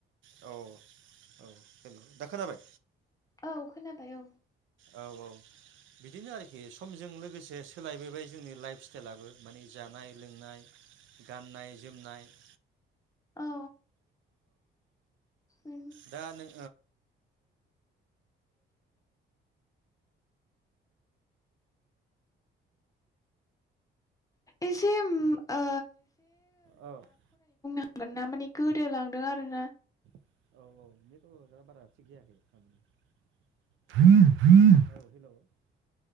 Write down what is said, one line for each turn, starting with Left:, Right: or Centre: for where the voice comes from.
Right: औ औ हेल' दा खोनाबाय
Left: औ खोनाबाय औ <inaudible>
Right: औ औ बिदिनो आरोखि समजों लोगोसे सोलायबोबाय जोंनि लाइफ हटेलाबो माने जानाय लोंनाय गाननाय जोमनाय <inaudible>
Left: औ उम
Right: दा नों
Left: एसे ओ
Right: औ <inaudible> <inaudible>
Left: गोनना माने गोदोलांदों आरोना
Right: <inaudible> <inaudible> <inaudible>